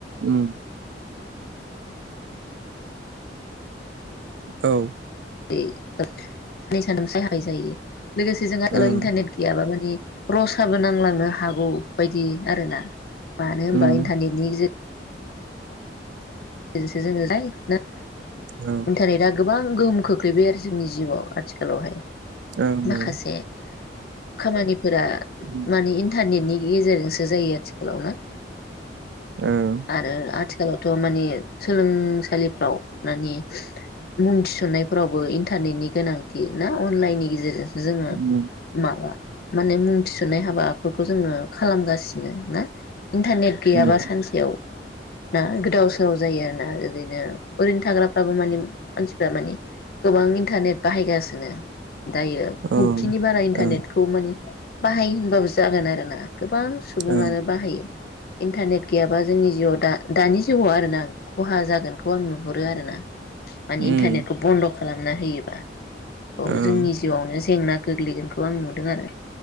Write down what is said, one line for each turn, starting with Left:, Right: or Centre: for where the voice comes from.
Right: उम औ
Left: <unintelligible> लोगोसे जोंहा
Right: ओं
Left: इन्टारनेट गैयाबा माने रसाबो नांलांनो हागौ बायदि आरो ना मानो होनबा
Right: उम
Left: इन्टारनेटनि गेजेर बिदिनोसै जोङो नुयो आरो
Right: औ
Left: इन्टारनेटआ गोबां गोहोम खोख्लैबाय आरो जोंनि जिउआव आथिखालावहाय
Right: ओं
Left: माखासे
Right: ओं
Left: खामानि फोरा
Right: उम
Left: माने इन्टारनेटनि गेजेरजोंसो जायो आथिखालाव ना
Right: ओं
Left: आरो आथिखालाव द' मानि सोलोंसालिफ्राव मानि मुं थिसन्नायफोरावबो इन्टारनेटनि गोनांथि ना अनलाइननि गेजेरजों जोङो
Right: उम
Left: माबा माने मुं थिसननाय हाबाफोरखौ जोङो खालामगासिनो ना इन्टारनेट
Right: उम
Left: गैयाबा सानसेयाव ना गोदाव सोराव जायो आरोना ओरैनो ओरैनो थाग्राफ्राबो मान मानसिफ्रा मानि गोबां इन्टारनेट बाहायगासिनो दायो
Right: ओं
Left: खौथिनि बारा इन्टारनेटखौ
Right: ओं
Left: मानि बाहायो होनबो जागोन आरोना गोबां सुबुङानो
Right: ओं
Left: बाहायो इन्टारनेट गैयाबा जोंनि जिउआव दा दानि जुगआव आरोना खहा जागोनखौ आं नुहुरो आरोना माने
Right: उम
Left: इन्टारनेटखौ बन्द' खालामो ना होैयोबा औ
Right: ओं
Left: जोंनि जिउआवनो जेंना गोग्लैगोनखौ आं नु दों आरो